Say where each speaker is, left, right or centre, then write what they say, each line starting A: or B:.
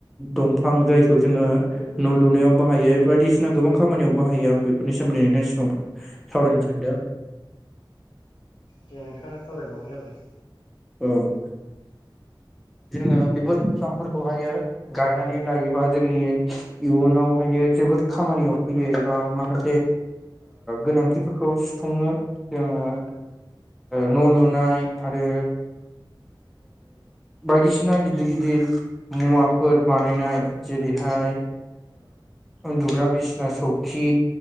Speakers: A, in the centre; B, on the left.
A: दंफां जायखौ जोङो न' लुनायाव बाहायो बायदिसिना गोबां खामानियाव बाहायो आं बे बेनि सोमोन्दै नोंथांनि सिगाङाव सावरायनो सानदों।
B: दे नोंथाङा सावरायलबानो जाबाय
A: औ जोङो बेफोर बिफांफोरखौहायो गायनानै लायोबा जोंनि इयुनावहायो जोबोद खामानियाव फैयो एबा माखासे गोनांथिफोरखौ सुफुंनो जोङो। न' लुनाय आरो। बायदिसिना गिदिर गिदिर मुवाफोर बानायनाय जेरैहाय उन्दुग्रा बिसिना सौखि